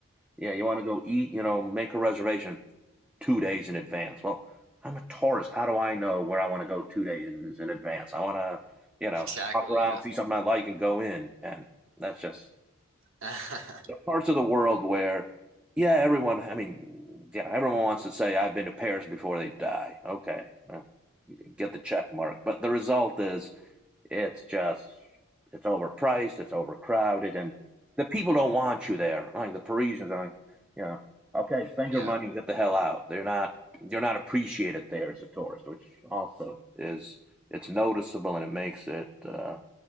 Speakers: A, in the centre; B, on the right.
A: yeah, you want to go eat. You know, make a reservation two days in advance. Well, I'm a tourist. How do I know where I want to go two days in advance? I want to, you know,
B: Exactly,
A: hop around,
B: yeah.
A: see something I like, and go in. And that's just
B: <laughs>
A: the parts of the world where, yeah, everyone. I mean, yeah, everyone wants to say I've been to Paris before they die. Okay, well, you get the check mark, but the result is it's just, it's overpriced, it's overcrowded, and the people don't want you there. Like the Parisians are like, you know, okay, spend
B: Yeah.
A: your money and get the hell out. They're not, you're not appreciated there as a tourist, which also is, it's noticeable and it makes it, uh,